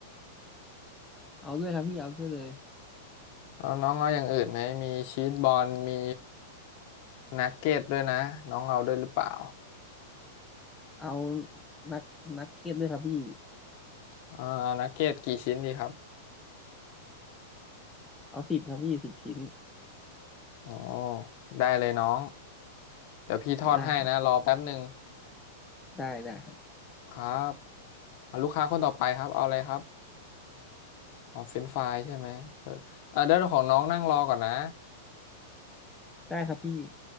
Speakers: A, in the centre; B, on the left.
A: เอาด้วยครับพี่เอาด้วยเลย
B: เอาน้องเอาอย่างอื่นไหมมีชีสบอลมีนักเก็ตด้วยนะน้องเอาด้วยหรือเปล่า
A: เอานักนักเก็ตด้วยครับพี่
B: อ่าเอานักเก็ตกี่ชิ้นดีครับ
A: เอาสิบครับพี่สิบชิ้น
B: อ๋อได้เลยน้อง เดี๋ยวพี่ทอดให้นะรอแป๊บหนึ่ง
A: ได้ครับได้ได้ครับ
B: ครับอ่ะลูกค้าคนต่อไปครับเอาอะไรครับอ๋อเฟรนช์ฟรายใช่ไหมเอออ่าเดี๋ยวของน้องนั่งรอก่อนนะ
A: ได้ครับพี่